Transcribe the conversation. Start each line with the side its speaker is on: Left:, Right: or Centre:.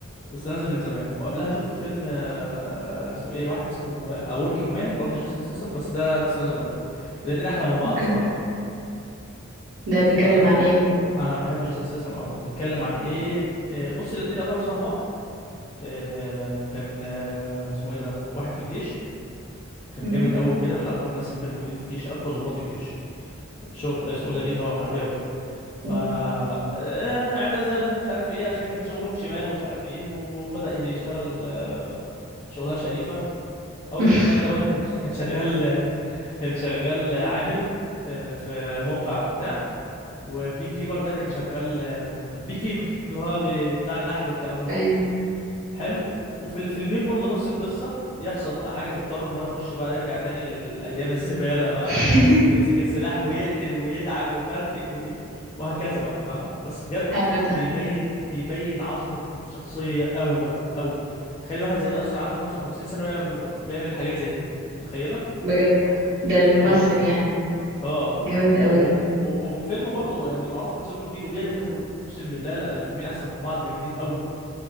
Left: بس ده نازل من زمان وقبلها شفت فيلم آه، اسمه ايه واحد اسمه اوركينج مان برضه جيسون ستيسم بس ده لسه نازل قريب الاتنين احلى من بعض
Right: اوكي
Left: صراحة
Right: ده بيتكلم
Left: انا انا
Right: عن ايه
Left: انا بحب جيسون ستيسم قوي بيتكلم عن ايه آه، بص الاتنين يعتبروا شبه بعض آه، كان آه، اسمه ايه ده واحد في الجيش كان
Right: مم.
Left: جامد قوي وكده من اقوى الناس اللي كانوا موجودين في الجيش اقوى ضباط الجيش شرط اسمه ايه ده جيش او حربيه وكده ف
Right: مم.
Left: آه، اعتزل مش عارف ايه عشان كان شغلهم شمال ومش عارف ايه وبدأ يشتغل آه، شغلانه شريفه اوركينج
Right: <laughs>
Left: مان دوت كان ش- كان شغال <laughs> كان شغال عامل في في موقع وبتاع وبي كيبر ده كان شغال بي كيبر اللي هو بي- بتاع النحل والكلام ده
Right: ايوه
Left: حلو وفي الفيلمين برضو نفس القصة يحصل بقى حاجة تضطر ان هو يخش بقى يرجع تاني للأيام الزبالة بقى
Right: <laughs>
Left: يمسك السلاح ويقتل ويدعك ويفرتك وي... وهكذا بقى فاهمة بس بجد
Right: حلو ده
Left: بيبين بيبين عظمة الشخصية قوي بقى قوي تخيل واحد زي ده أصلا عنده 55 سنة ويعمل بيعمل حاجات زي دي أنت متخيلة؟
Right: بجد ده الممثل
Left: اه والله
Right: يعني
Left: اه
Right: جامد
Left: و...
Right: قوي
Left: و... وفي الفيلم برضه يعني معروف ان سنه كبير وبيعمل ده كله اقسم بالله لا الفيلمين احسن من بعض جامدين قوي